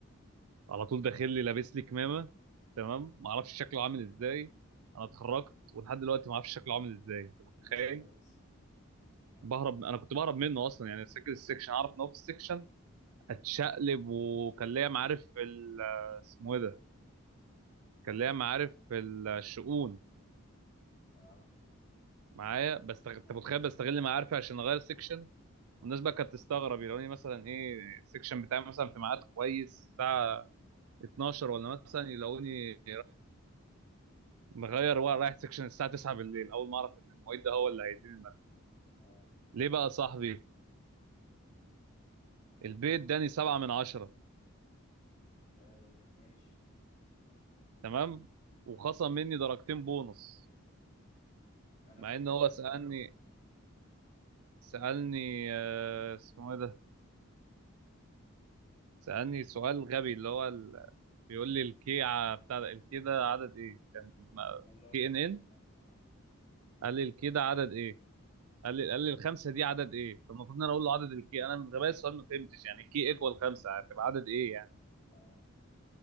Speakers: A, on the right; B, on the left.
A: على طول داخل لي لابس لي كمامه تمام ما اعرفش شكله عامل ازاي انا اتخرجت ولحد دلوقتي ما اعرفش شكله عامل ازاي انت متخيل
B: مستر اكس اه
A: بهرب انا كنت بهرب منه اصلا يعني سجل السكشن اعرف ان هو في السكشن اتشقلب وكان ليا معارف في ال- آه، اسمه ايه ده كان
B: ايه
A: ليا معارف في الشؤون
B: اه
A: معايا بس انت
B: ما عندناش
A: متخيل بستغل
B: سؤال.
A: معارفي عشان اغير سكشن والناس بقى كانت تستغرب يلاقوني مثلا ايه السكشن بتاعي مثلا في ميعاد كويس الساعه 12 ولا مثلا يلاقوني مغير ورق رايح سكشن الساعه 9 بالليل اول ما اعرف ان المعيد ده هو اللي هيديني الماده
B: اه
A: ليه بقى يا صاحبي البيت
B: ليه؟
A: اداني 7 من 10
B: آه ماشي
A: تمام وخصم مني درجتين بونص
B: انا
A: مع
B: فاكر
A: ان هو سالني
B: موضوع البونص ده
A: سالني آه، اسمه ايه ده سالني سؤال غبي اللي هو ال... بيقول لي الكي ع- بتاع ده الكي ده عدد ايه كان
B: اللي هو
A: كي
B: في
A: ان
B: الكيمان
A: ان
B: اه
A: قال لي الكي ده عدد ايه قال لي قال لي الخمسه دي عدد ايه فالمفروض ان انا اقول له عدد الكي انا من غباية السؤال ما فهمتش يعني كي ايكوال خمسه هتبقى عدد ايه يعني
B: اه